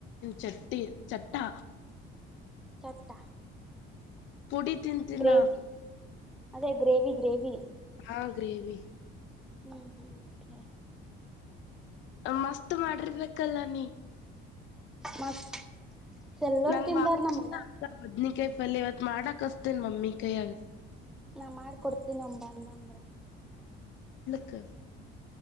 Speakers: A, on the left (about 70°); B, in the centre.
A: ಚಟ್ಟಿ ಚಟ್ಟಾ
B: ಚಟ್ಟ
A: ಕುುಡಿ ತಿಂತಿನದು
B: ಗ್ರೇವಿ ಅದೇ ಗ್ರೇವಿ ಗ್ರೇವಿ
A: ಆ ಗ್ರೇವಿ
B: ಹ್ಮ್ ಹ್ಮ್ ಹೆ
A: ಮಸ್ತ್ ಮಾಡಿರ್ಬೇಕಲ್ಲ ನೀ
B: ಮಸ್ತ್ ಎಲ್ಲರೂ
A: ನಂಗ್
B: ತಿಂದಾರ ನಮ್ ಮನ್ಯಾಗ
A: ಕೈ ಫಲ್ ಇವತ್ ಮಾಡಕ್ಸ್ತೀನ್ ಮಮ್ಮಿ ಕೈಯಗ
B: ನಾ ಮಾಡಕೊಡ್ತೀನ ಒಬ ಅಂದ ಅಂದ್ರೆ
A: ಕ್ಕ